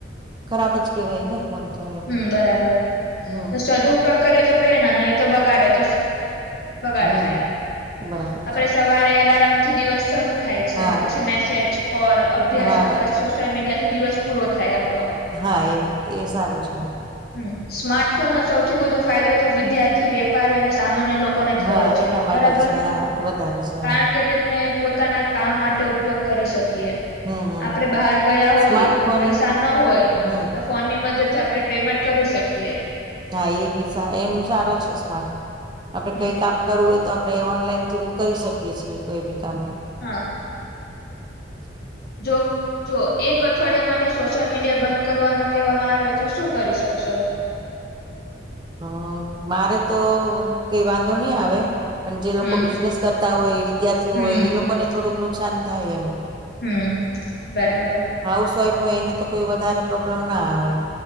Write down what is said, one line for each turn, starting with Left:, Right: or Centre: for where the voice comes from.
Right: ખરાબ જ કેહેવાય ને ફોન તો એમ
Left: હમ બરાબર
Right: હમ
Left: સદુપકએ તો પ્રેરણા નહી એ તો બગાડે તો બગાડ
Right: હમ
Left: થાય
Right: બરાબર
Left: આપડે
Right: છે
Left: સવારે અલારમ થી દિવસ શરૂ થાય છે
Right: હા
Left: અને પછી મેસેજ કોલ અભ્યાસ
Right: હા
Left: અથવા સોશિયલ મીડિયા થી દિવસ પૂરો થાય આપડો
Right: હા એ એ સારું છે
Left: હમ સ્માર્ટફોન નો સૌથી વધો ફાયદો તો વિદ્યાર્થી વેપારીઓ અને સા લોકોને થયો
Right: હા
Left: છે
Right: એના
Left: બબર
Right: માટે છે હા વધારે છે હા
Left: કારણ કે તેમને પોતાના કામ માટે ઉપયોગ કરી શકીએ
Right: હમ હમ
Left: આપડે બહાર ગયા હોય
Right: સ્માર્ટફોન
Left: તો પૈસા ના હોય
Right: હમ
Left: તો ફોન ની મદદ થી આપણે પેમેન્ટ કરી શકીએ
Right: હા એ બી એમ સારો છે સ્માર્ટ આપડે
Left: હમ
Right: કઈ કામ કરવું હોય તો આપ આપણે ઓનલાઈન થ્રુ કરી શકીએ છીએ કોઈ બી કામ એમ
Left: હા
Right: <unintelligible>
Left: જોક જો એક અઠવાડિયા માટે સોશિયલ મીડિયા બંધ કરવાનું કહેવામાં આવે તો શું કરી શકશો <unintelligible>
Right: હ મારે તો કઈ વાંધો નહી આવે પણ જે લોકો
Left: હમ
Right: બિઝનેસ કરતા હોય વિદ્યાર્થી
Left: હમ
Right: હોય એ લોકોને થોડુંક નુકસાન થાય એમ
Left: હમ બરાબર
Right: હાઉસવાઈફ હોય એને તો કોઈ વધારે પ્રોબ્લેમ ના આવે